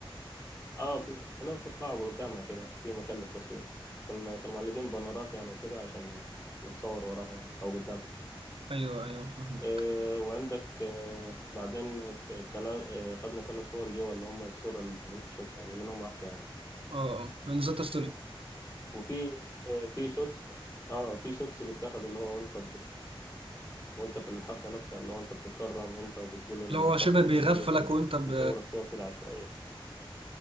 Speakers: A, on the left (about 30°); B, on the right (about 75°).
A: أه في في نفس القاعة قدامها كده في مكان للتصوير كنا كانوا معلقين بانرات يعني وكده عشان نتصور وراها يعني أو قدامها
B: ايوه ايوه فاهمك
A: إيه وعندك إيه بعدين الت- التلا إيه خدنا ثلاث صور جوا اللي هم الصورة اللي أنت شفتها دي منهم واحدة يعني
B: اه اه انا نزلت ستوري
A: وفي إيه في شوت اه في شوتس بيتاخد اللي هو وانت وانت في الحفلة نفسها اللي هو انت بتتكرم انت وبتقول
B: لو هو
A: القسم
B: شبه بيغفلك
A: والحاجات دي
B: وانت ب...
A: بيصورك صور كده عشوائية